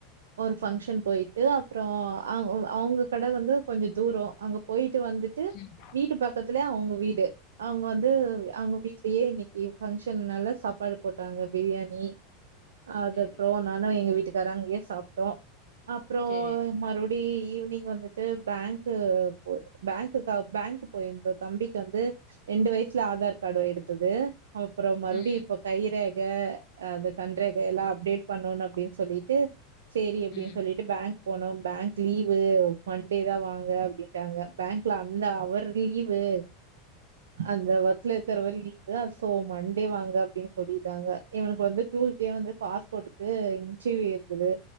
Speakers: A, on the right; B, on the left.
A: ஒரு ஃபங்க்ஷன் போயிட்டு அப்புறோ அவ் அவுங்க கட வந்து கொஞ்சோ தூரோ அங்க போயி ட்டு வந்துட்டு
B: ம்
A: வீட்டு பக்கத்துல அவுங் வீடு அவுங்க வந்து அவுங்க வீ சே இன்னக்கி பங்ஷன் நால சாப்பாடு போட்டாங்க பிரியாணி அத
B: சேரி
A: போனானு எங்க வீட் வீட்டுக்கார அப்றம்
B: சேரி
A: மறுபடி ஈவினிங் வந்துட்டு பேங்க்கு போ பேங்க பேங்க்கு போயிருந்தோ தம்பிக்கு வந்து ரெண்டு வயசுல ஆதார் கார்டு எடுத்தது அப்றம் மருபடி
B: ம்
A: இப்ப கைரேக யே அதுக் கண்ரேக எல்லாம் அப்டேட் பண்ணுன் அப்டின் சொல்லி டு சேரி அப்டினு
B: ம்
A: சொல்லிட்டு பேங்கு போனோம் பேங்க் லீவு மண்டே தா வாங்க அப்டின்டாங்க பேங்க்ல அந்த அவர் லீ வு அந்த வக்கலயிருக்கறவரு லீ சோ மண்டே வாங்க அப்டினு சொல்லிடாங்க இவனுக்கு வந்து டூஸ்டே வந்து பாஸ்போர்டுக்கு இன்ட்ர்வியூ இருக்குது